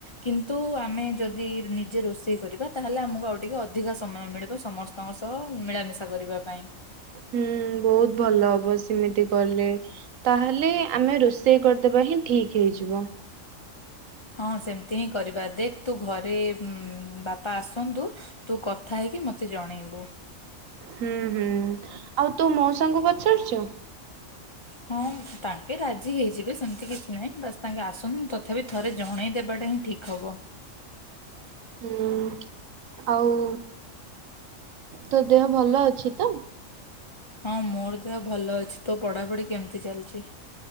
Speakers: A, on the left; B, on the right.
A: କିନ୍ତୁ ଆମେ ଯଦି ଯଦି ନିଜେ ରୋଷେଇ କରିବା ତାହେଲେ ଆମକୁ ଆଉ ଟିକେ ଅଧିକ ସମୟ ମିଳିବ ସମସ୍ତଙ୍କ ସହ ମିଳାମିଶା ଶା କରିବା ପାଇଁ।
B: ହୁଁ ବହୁତ ଭଲ ହବ ସେମିତି। କଲେ ତାହେଲେ ଆମେ ରୋଷେଇ କରିଦବା ହିଁ ଠିକ ହେଇଯିବ।
A: ହଁ ସେମିତି ହିଁ କରିବା ଦେଖ ତୁ ଘରେ ବାପା ଆସନ୍ତୁ ତୁ କଥା ହେଇ କରିକି ମତେ ଜଣେଇବୁ।
B: ହୁଁ ହୁଁ ଆଉ ତୁ ମୋଉସାଙ୍କୁ ପଚାରୁଛୁ।
A: ହଁ ତାଙ୍କେ ରାଜି ହେଇଯିବେ ସେମିତି କିଛି ନାହିଁ ବାସ୍ ତାଙ୍କେ ଆସନ୍ତୁ ତଥାପି ଥରେ ଜଣେଇ ଦେବାଟା ହିଁ ଠିକ ହବ।
B: ହୁଁ ଆଉ ତୋ ଦେହ ଭଲ ଅଛି ତ।
A: ହଁ ମୋର ଦେହ ଭଲ ଅଛି। ତୋ ପଢାପଢି କେମିତି ଚାଲିଚି?